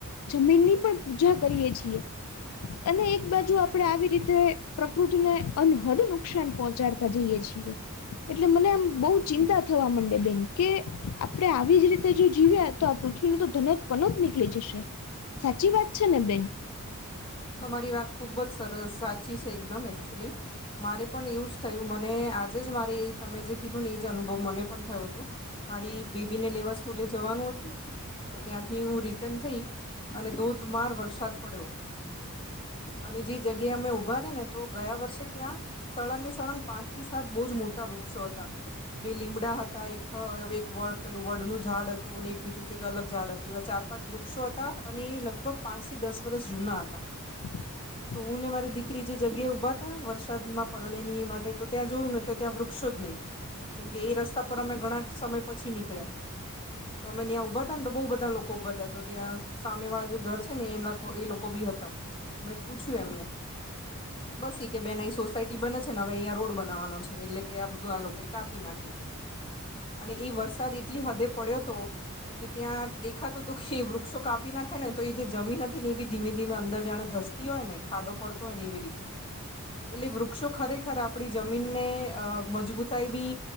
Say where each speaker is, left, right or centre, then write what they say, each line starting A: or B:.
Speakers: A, on the left; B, on the left.
A: જમીનની પણ પૂજા કરીએે છીએ. અને એક બાજુ આપણે આવી રીતે પ્રકૃતિને અનહદ નુકસાન પહોંચાડતા જઈએ છીએ. એટલે મને આમ બહુ ચિંતા થવા મંડેલી કે આપણેે આવી જ રીતે જો જીવ્યા તો આ પૃથ્વીણુ તો ધનક પનક નીકળી જશે સાચી વાત છે ને બેન.
B: તમારી વાત ખુબ જ સરસ સાચી છે, એકદમ એકચુલી મારે પણ એવું જ થયું મને આજે જ મારે તમે જે કીધું ને. એજ અનુભવ મને પણ થયો હતો મારી બેબી ને લેવા સ્કૂલે જવાનું હતું તો ત્યાંથી હું રિટર્ન થઈ અને ધોધમાર વરસાદ પડ્યો. અને જે જગ્યાએ અમે ઉભા રે ને તો ગયા વર્ષે ત્યાં સળંગે સળંગ પાંચ થી સાત બહુ જ મોટા વૃક્ષો હતા. બે લીમડા હતા એક એક વડ પેલું વડનું ઝાડ હતું અને એક બીજું કઈક અલગ ઝાડ હતું. તો એવા ચાર પાંચ વૃક્ષો હતા અને લગભગ પાંચ થી દસ વર્ષ જુના હતા.
A: <inaudible>
B: તો હું ને મારી દીકરી જે જગ્યાએ ઉભા તાં વરસાદમાં પલળે ની માટે તો ત્યાં જોયું ને તો ત્યાં વૃક્ષો જ નહીં. કેમ કે એ રસ્તા પર અમે ઘણા સમય પછી નીકળ્યા. તો અમે ન્યાં ઉભા ને તો બહુ બધા લોકો ઉભા હતા તો ત્યાં સામે વાળા જે ઘર છે, ને એ એ લોકો બી હતા. તો મેં પૂછ્યું એમને. બસ કે ઈ કે બેન અહીં સોસાયટી બને છે, ને હવે અહીંયા રોડ બનાવાનો છે, એટલે કે આ બધું આ લોકો એ કાપી નાખે. અને એ વરસાદ એટલી હદે પડ્યો તો, કે ત્યાં દેખાતું હતું કે વૃક્ષો કાપી નાખે ને તો એ જે જમીન હતી ને એ બી ધીમે-ધીમે અંદર જાણે ધસતી હોય ને ખાડો પડતો હોય ને એવી રીતનો. એટલે વૃક્ષો ખરેખર આપડી જમીનને અ મજબૂતાઈ બી.